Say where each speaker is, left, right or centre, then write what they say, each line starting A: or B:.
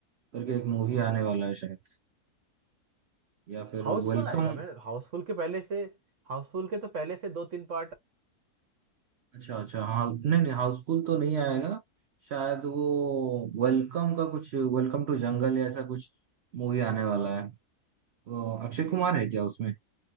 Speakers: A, on the right; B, on the right.
A: करके एक मूवी आने वाला है शायद या फिर
B: हाउसफुल
A: वेलकम
B: आएगा मैं हाउसफुल के पहले से हाउसफुल के तो पहले से दो तीन पार्ट
A: अच्छा अच्छा हाँ नहीं नहीं हाउसफुल तो नहीं आएगा शायद वो वेलकम का कुछ वेलकम टू जंगल या ऐसा कुछ मूवी आने वाला है तो अक्षय कुमार है क्या उसमें